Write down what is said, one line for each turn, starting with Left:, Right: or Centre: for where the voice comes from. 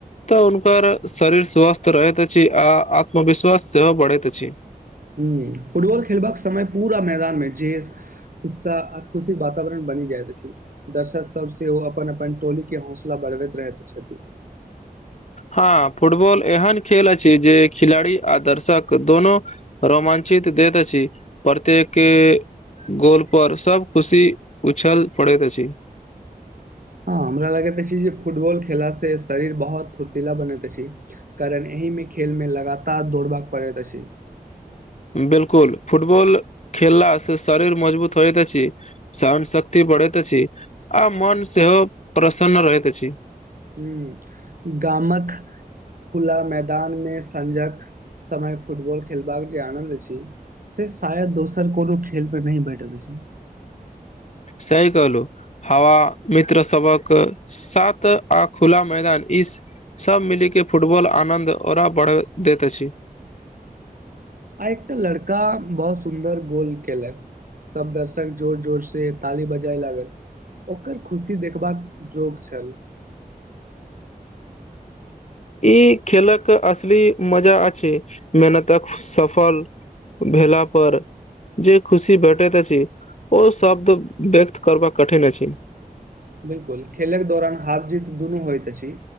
Left: तऽ हुनकर शरीर स्वस्थ रहैत अछि, आ आत्मविश्वास सेहो बढ़ैत अछि।
Right: ह फुटबॉल खेलबाक समय पूरा मैदान मे जे उत्साह आ खुशी वातावरण बनि जाइत अछि। दर्शक सभसे ओ अपन अपन टोलीके हौसला बढ़बैत रहैत छैल।
Left: हँ फुटबॉल एहन खेल अछि जे खिलाड़ी आ दर्शक दोनो रोमांचिक देैत अछि प्रत्येकके गोल पर सब खुशी उछल पड़ैत अछि
Right: हँ हमरा लगैत अछि जे फुटबॉल खेलासे से शरीर बहुत फुर्तीला बनैत अछि कारण एहि मे खेल मे लगातार दौड़बाक पड़ैत अछि
Left: बिल्कुल फुटबल खेलला से शरीर मजबूत होइत अछि सहन शक्ति बढ़ैत अछि आ मन सेहो प्रसन्न रहैत अछि
Right: ह्म गामक खुला मैदान मे संजक समय फुटबॉल खेलबाक जे आनन्द छि से शायद दोसर कोनो खेल मे नहि भेटल अछि
Left: सही कहलु हवा मित्र सबक सात आ खुला मैदान इस सब मिली के फुटबॉल आनंद ओरा बढ़ल दैत अछि
Right: आई एकटा लड़का बहुत सुन्दर गोल केलक सब दर्शक जोर जोर से ताली बजाए लागल ओकर खुशी देखबाक योग छल
Left: ई खेलक असली मजा अछि मेहनतक सफल भेला पर जे खुशी भेटैत अछि ओ शब्द व्यक्त करबाक कठिन अछि
Right: बिलकुल खेलके दौरान हार जीत दुनू होयइत अछि